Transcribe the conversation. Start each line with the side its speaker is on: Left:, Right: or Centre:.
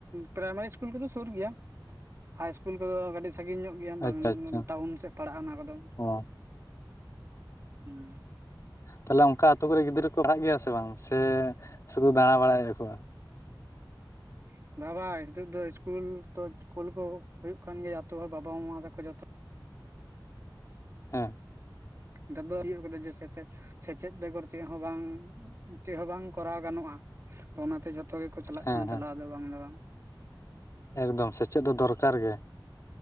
Right: ᱯᱮᱨᱟᱭ ᱢᱟᱨᱤ ᱤᱥᱠᱩᱞ ᱠᱚ ᱫᱚ ᱥᱳᱨ ᱜᱮᱭᱟ ᱦᱟᱭ ᱤᱥᱠᱩᱞ ᱠᱚ ᱫᱚ ᱠᱟᱹᱴᱤᱡ ᱥᱟᱹᱜᱤᱧ ᱧᱚᱜ ᱜᱮ ᱵᱟᱝ
Left: ᱟᱪᱪᱷᱟ ᱟᱪᱪᱷᱟ
Right: ᱴᱟᱣᱩᱱ ᱥᱮᱫ ᱯᱟᱲᱟᱜᱼᱟ ᱚᱱᱟ ᱠᱚ ᱫᱚ
Left: ᱚ
Right: ᱦᱩᱸ
Left: ᱛᱟᱦᱞᱮ ᱚᱱᱠᱟ ᱟᱛᱳ ᱠᱚᱨᱮ ᱜᱤᱫᱽᱨᱟᱹ ᱠᱚ ᱯᱟᱲ ᱦᱟᱜ ᱜᱮᱭᱟ ᱥᱮ ᱵᱟᱝ ᱥᱮ ᱥᱩᱫᱩ ᱫᱟᱬᱟ ᱵᱟᱲᱟᱭ ᱮᱫᱟ ᱠᱚ
Right: <unintelligible> ᱦᱤᱛᱚᱜ ᱫᱚ ᱤᱥᱠᱩᱞ ᱠᱚ ᱠᱩᱞ ᱠᱚ ᱦᱩᱭᱩᱜ ᱠᱟᱱ ᱜᱮᱭᱟ ᱟᱛ ᱦᱚᱲ ᱵᱟᱵᱟ ᱢᱟ ᱛᱟᱠᱚ ᱡᱷᱚᱛᱚ
Left: ᱦᱮᱸ
Right: ᱜᱟᱫᱚ ᱦᱩᱭᱩᱜ ᱠᱟᱫᱟ ᱡᱮᱥᱮ ᱥᱮᱪᱮᱫ ᱵᱮᱜᱚᱨ ᱪᱮᱫ ᱦᱚᱸ ᱵᱟᱝ ᱪᱮᱫ ᱦᱚᱸ ᱵᱟᱝ ᱠᱚᱨᱟᱣ ᱜᱟᱱᱚᱜᱼᱟ ᱛᱚ ᱚᱱᱟ ᱛᱮ ᱜᱮ ᱡᱷᱚᱛᱚ ᱜᱮ ᱠᱚ ᱪᱟᱞᱟᱜ
Left: ᱦᱮᱸ
Right: ᱠᱟᱱᱟ
Left: ᱦᱮᱸ
Right: ᱪᱟᱞᱟᱣ ᱫᱚ ᱵᱟᱝ ᱫᱚ ᱵᱟᱝ
Left: ᱮᱠᱫᱚᱢ ᱥᱮᱪᱮᱫ ᱫᱚ ᱫᱚᱨ ᱠᱟᱨ ᱜᱮ